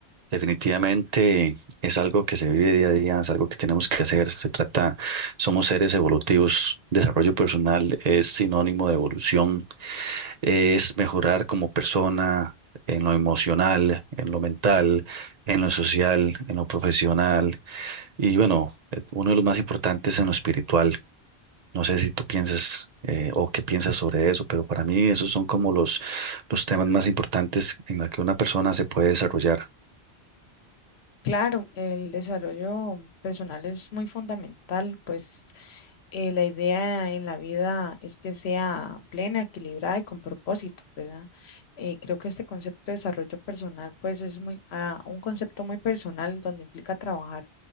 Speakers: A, on the right; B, on the left.
A: definitivamente es algo que se vive día a día, es algo que tenemos que hacer. Se trata, somos seres evolutivos. Desarrollo personal es sinónimo de evolución, es mejorar como persona en lo emocional, en lo mental, en lo social, en lo profesional y bueno, eh, uno de los más importantes en lo espiritual. No sé si tú piensas eh, o qué piensas sobre eso, pero para mí esos son como los, los temas más importantes en la que una persona se puede desarrollar.
B: Claro, el desarrollo personal es muy fundamental, pues eh, la idea en la vida es que sea plena, equilibrada y con propósito, ¿verdad? Eh, creo que este concepto de desarrollo personal, pues es muy, ah, un concepto muy personal donde implica trabajar